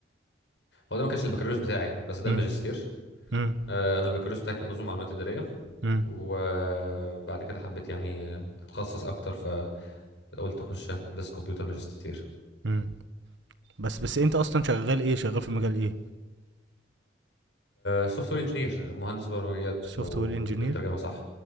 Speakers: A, on the left; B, on the right.
A: هو ده ما كانش البكالوريوس بتاعي بس ده
B: امم
A: الماجستير
B: امم
A: آه، انا البكالوريوس بتاعي كان نظم معلومات اداريه
B: امم
A: وبعد كده حبيت يعني اتخصص اكتر فقلت اخش هندسه كمبيوتر ماجستير
B: امم بس بس انت اصلا شغال ايه شغال في مجال ايه
A: سوفت وير انجينير مهندس برمجيات
B: سوفت
A: لو
B: وير انجينير
A: الترجمه صح